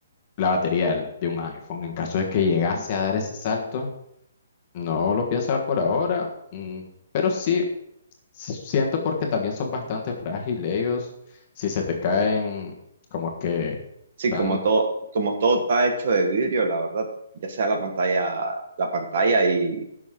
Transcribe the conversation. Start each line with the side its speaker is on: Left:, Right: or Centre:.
Left: la batería del- de un iPhone. En caso de que llegase a dar ese salto, no lo pienso dar por ahora, mm, pero sí s- siento porque también son bastante frágiles ellos. Si se te caen, como que
Right: Sí,
Left: tan,
Right: como todo, como todo está hecho de vidrio, la verdad, ya sea la pantalla, la pantalla y